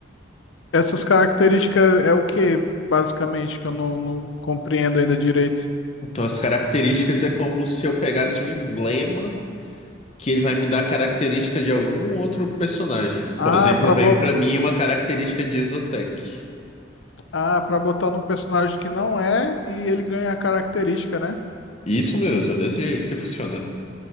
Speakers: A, on the left (about 85°); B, on the left (about 35°).
A: Essas características é o que, basicamente, que eu não, não compreendo ainda direito.
B: Então, as características é como se eu pegasse um emblema que ele vai me dar característica de algum outro personagem.
A: Ah,
B: Por exemplo,
A: para
B: veio pra mim uma característica de Exotec.
A: Ah, pra botar num personagem que não é e ele ganha a característica, né?
B: Isso mesmo, desse jeito que funciona.